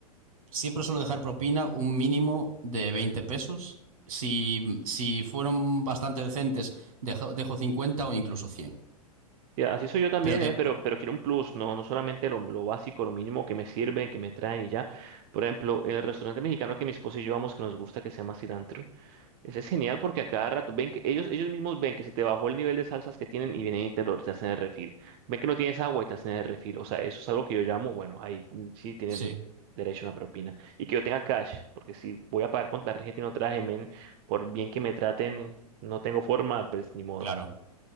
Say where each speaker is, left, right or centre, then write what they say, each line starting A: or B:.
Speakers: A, on the right (about 65°); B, on the right (about 40°).
A: siempre suelo dejar propina un mínimo de 20 pesos. Si, si fueron bastante decentes, dejo, dejo 50 o incluso cien
B: Y así soy yo también,
A: Pero de...
B: ¿eh? Pero, pero quiero un plus, no, no solamente lo, lo básico, lo mínimo que me sirven, que me traen y ya. Por ejemplo, el restaurante mexicano que mi esposa y yo vamos, que nos gusta, que se llama Cilantro. Ese es genial porque a cada rato ven que ellos, ellos mismos ven que se te bajó el nivel de salsas que tienen y vienen y te lo te hacen de refil. Ven que no tienes agua y te hacen de refil. O sea, eso es algo que yo llamo, bueno, ahí mm, sí tienen
A: Sí,
B: derecho a una propina. Y que yo tenga cash, porque si voy a pagar con tarjeta y no traje, men, por bien que me traten, no tengo forma, pues ni modo.
A: claro,